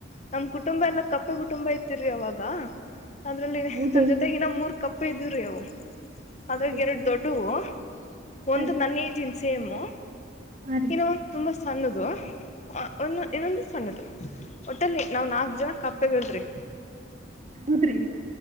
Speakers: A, on the left; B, on the right.
A: ನಮ್ ಕುಟುಂಬ ಎಲ್ಲ ಕಪ್ಪೆ ಕುಟುಂಬ ಇತ್ತರಿ ಅವಾಗ ಅದ್ರಲ್ಲಿ
B: ಹೌದೇನ್ರಿ
A: ನನ್ ಜೊತೆಗಿನ ಮೂರ್ ಕಪ್ಪೆ ಇದ್ದುವ್ ರೀ ಅವು ಅದ್ರಾಗ
B: ಹಾ ರೀ
A: ಎರಡು ದೊಡ್ಡವು ಒಂದು
B: ಹಾ ರೀ
A: ನನ್ ಏಜ್ ಸೇಮು
B: ಹಾ ರೀ
A: ಇನ್ನ ಒಂದು ತುಂಬಾ ಸಣ್ಣದು ಒನೊ
B: ಸರಿ
A: ಇನ್ನೊಂದು ಸಣ್ಣದು ಒಟ್ಟಲ್ಲಿ ನಾವು ನಾಲ್ಕು ಜನ ಕಪ್ಪೆಗಳ್ರಿ.
B: ಹದ್ರೀ